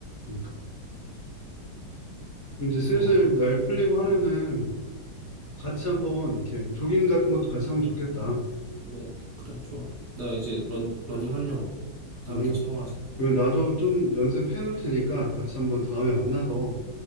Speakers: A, on the left; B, on the right.
A: 음, 이제
B: 그래서,
A: 슬슬
B: 아,
A: 날 풀리고 하면은
B: 음.
A: 같이 한번 이렇게 조깅 같은 것도
B: 음.
A: 같이 하면 좋겠다.
B: 그래, 그래, 좋아. 나 이제 런, 러닝 하려고. 다음에
A: 러닝.
B: 다시 통화하자.
A: 그러면 나도 좀 연습해 놓을 테니까 같이 한번 다음에 만나서